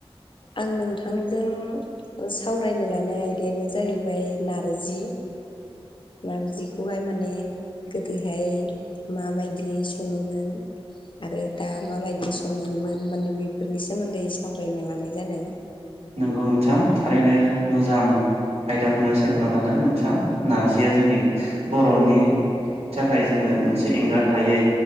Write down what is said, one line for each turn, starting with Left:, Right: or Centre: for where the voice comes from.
Left: आं नोंथांजों सावरायनो लानाय आयदायानो जाहैबाय नारजि नारजिखौहाय माने गोदोहाय माबायदियै सङोमोन आरो दा माबायदि सङोमोन माने बेफोरनि सोमोन्दै सावरायनो लानाय जादों
Right: नोंगौ नोंथां थारैनो मोजां आयदाखौनो सायख'ना लादों नोंथां नारजिया जोंनि बर'नि थाखाय जोंनो मोनसे एंगार हायै